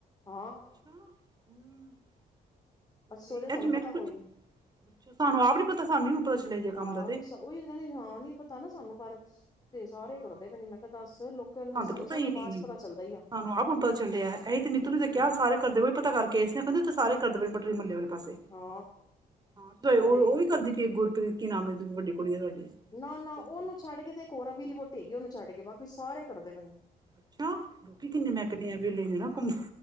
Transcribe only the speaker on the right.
<inaudible>
ਤੇ
ਅੱਜ ਮੈਂ
ਕਿਹਾ
ਕੁਛ,
ਸਾਨੂੰ ਆਪ ਨੀ ਪਤਾ, ਸਾਨੂੰ ਨੀ ਪਤਾ ਚੱਲਿਆ ਜੇ ਕੰਮ
ਦਾ ਤੇ
ਹਾਂ
ਤੇ ਪਤਾ
ਹੀ
ਨੀ
ਸਾਨੂੰ ਆਪ ਹੁਣ ਪਤਾ ਚੱਲਿਆ, ਐ ਹੀ ਤੇ ਨੀਤੂ ਨੂੰ ਤੇ ਕਿਹਾ' ਸਾਰੇ ਕਰਦੇ ਪਏ, ਪਤਾ ਕਰਕੇ ਇਸ ਨਾ ਕਹਿੰਦੇ ਸਾਰੇ ਕਰਦੇ ਪਏ ਬੂੱਟੇਰਿੰਗ ਮੱਲੇ ਵਾਲੇ ਪਾਸੇ
ਹਾਂ'
ਉਹ-ਉਹ ਵੀ ਕਰਦੀ ਕਿ ਗੁਰਪ੍ਰੀਤ, ਕੀ ਨਾਮ ਹੈ ਵੱਡੀ ਕੁੜੀ ਆ ਤੁਹਾਡੀ
ਜਸਪ੍ਰੀਤ
ਅੱਛਾ ਲੋਕੀ ਕਿੰਨੇ ਮੈਂ ਕਹਿਨੀ ਆ ਵੇਲੇ ਨੇ ਨਾ ਘੁੰਮ